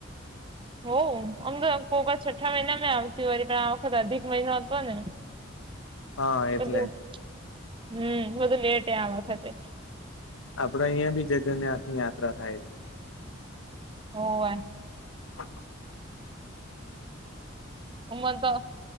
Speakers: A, on the right; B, on the left.
A: હો, આમ તો પોગ છઠ્ઠા મહિના મે આવતી હોય, પણ આ વખત અધિક મહિનો હતો, ને
B: હા એટલે.
A: બધું હમ બધું લેટ આ વખતે.
B: આપડ અહિયાયા બી જગન્નાથ ની યાત્રા થાય છે.
A: હોવા.
B: ઓ <unintelligible>
A: ઉમર તો